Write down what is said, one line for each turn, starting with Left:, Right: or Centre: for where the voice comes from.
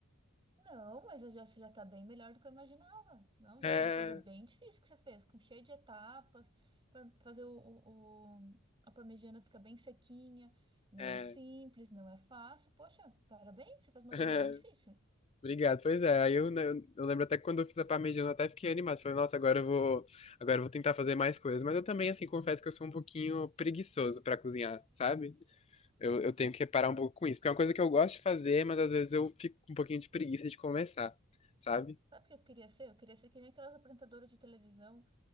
Right: Não, mas eu já, você já tá bem melhor do que eu imaginava. Não, já
Left: É,
Right: foi uma coisa bem difícil que você fez, com cheio de etapas, para fazer o, o- o- a parmegiana ficar bem sequinha. Não
Left: é,
Right: é simples, não é fácil. Poxa, parabéns, você fez uma
Left: <laughs>
Right: coisa bem difícil.
Left: Obrigado. Pois é, aí eu, né, eu, eu lembro até que quando eu fiz a parmegiana eu até fiquei animado. Falei, nossa, agora eu vou, agora eu vou tentar fazer mais coisas. Mas eu também, assim, confesso que eu sou um pouquinho preguiçoso pra cozinhar, sabe? Eu, eu tenho que parar um pouco com isso, porque é uma coisa que eu gosto de fazer, mas às vezes eu fico com um pouquinho de preguiça de começar, sabe?
Right: Sabe o que eu queria ser? Eu queria ser que nem aquelas apresentadoras de televisão